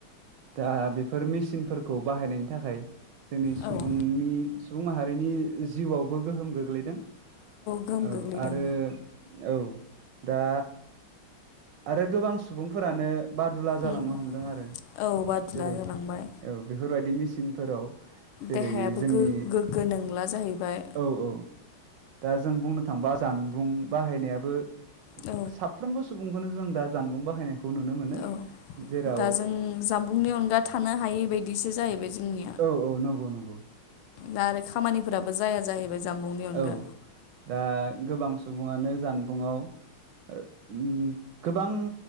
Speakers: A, on the right (about 75°); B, on the left (about 80°).
A: दा बेफोर मेसिनफोरखौ बाहायनायनि थाखाय जोंनि सुबुंनि
B: आरो औ
A: सुबुं माहारिनि जिउआवबो गोहोम गोग्लैदों। औ
B: गोहोम गोग्लैदों
A: आरो औ दा आरो गोबां सुबुंफोरानो बादुला जालांनो
B: उम
A: हमदों आरो
B: औ बादुला
A: जेरै
B: जालांबाय
A: औ बेफोरबायदि मेसिनफोराव जेरै
B: देहायाबो
A: जोंनि
B: गो-गोग्गो नंला। जाहैबाय
A: औ औ दा जों बुंनो थांबा जानबुं बाहायनायाबो
B: औ
A: साफ्रोमबो सुबुंखौनो जों दा जानबुं बाहायनायखौ नुनो मोनो
B: औ
A: जेराव
B: दा जों जामबुंनि अनगा थानो हायै बदिसो जाहैबाय जोंनि
A: औ औ नंगौ नंगौ।
B: दा आरो खामानिफोराबो जाया जाहैबाय। जामबुंनि अनगा
A: औ दा गोबां सुबुङानो जानबुंआव ओ उम गोबां